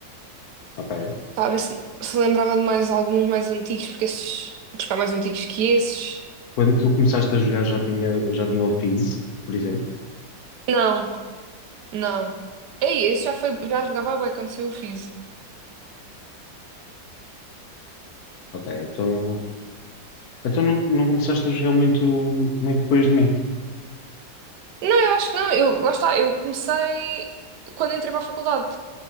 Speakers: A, on the left; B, on the right.
A: ok.
B: pá, a ver se, se lembrava de mais alguns mais antigos, porque esses, porque há mais antigos que esses.
A: Quando tu começaste a jogar já tinha, já tinha o Fizz, por exemplo.
B: Não, não. Ei, esse já foi, já jogava bué quando saiu o Fizz.
A: Ok, então... Então não, não começaste a jogar muito, muito depois de mim?
B: Não, eu acho que não. Eu, lá está, eu comecei quando entrei para a faculdade.